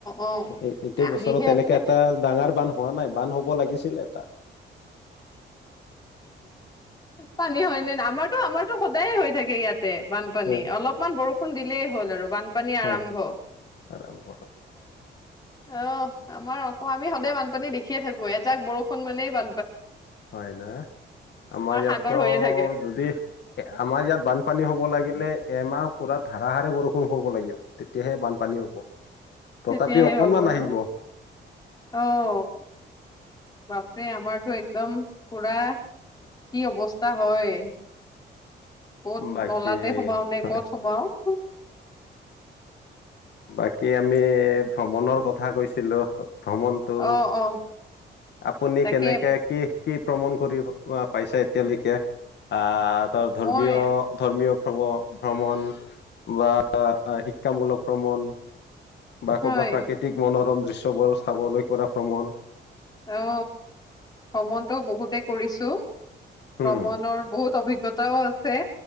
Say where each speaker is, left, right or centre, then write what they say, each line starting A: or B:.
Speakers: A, on the left; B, on the left.
A: অ
B: এ এইটো বছৰত
A: আহিহে
B: তেনেকে
A: আছে
B: এটা ডাঙৰ বান হয হোৱা নাই বান্ধ হ'ব লাগিছিলে এটা
A: পানী হয় নে না, আমাৰতো আমাৰতো সদায় হয় <unintelligible> ইয়াত বানপানী,
B: হয়
A: অলপমান বৰষুণ দিলেই হ'ল আৰু বানপানী
B: হয়
A: আৰম্ভ,
B: আৰম্ভ
A: অ' আমাৰ অক আমি সদায় বানপানী দে সেই এজাক বৰষুণ মানে বা
B: হয় না, আমাৰ ইয়াতো
A: সাগৰ হৈয়ে থাকে।
B: যদি, আমাৰ ইয়াত বানপানী হ'ব লাগিল মানে এমাহ পুৰা ধাৰাহাৰে বৰষুণ হ'ব লাগিব। তেতিয়াহে বানপানী হ'ব তথাপি
A: তেতিয়াহে
B: অকনমান
A: হ'ব
B: আহিব
A: ন, অ' বাপৰে আমাৰ টো একদম, পুৰা, কি অৱস্থা হয়। ক'ত
B: বাকী
A: নলাতে সোমাওঁ নে
B: হয়
A: ক'ত সোমাওঁ। <inaudible>
B: বাকী আমি, ভ্ৰমণৰ কথ থা কৈছিলো। ভ্ৰমণতটো,
A: অ' অ'
B: আপুনি
A: তাকে
B: কেনেকে কি কি প্ৰমণ কৰিব, ৱ পাইছে এতিয়ালৈকে? আহ, তোৰ ধৰ্মীয়,
A: মই
B: ধৰ্মীয় <unintelligible> ভ্ৰমণ বা শিক্ষামূলক ভ্ৰমণ বা
A: হয়
B: ক'ৰবাত প্ৰাকৃতিক মনোৰম যে চবৰ, চাবলৈ কৰা ভ্ৰমণ।
A: অ', ভ্ৰমণটো বহুতে কৰিছো
B: উম
A: ভ্ৰমণৰ বহুত অভিজ্ঞতাও আছে।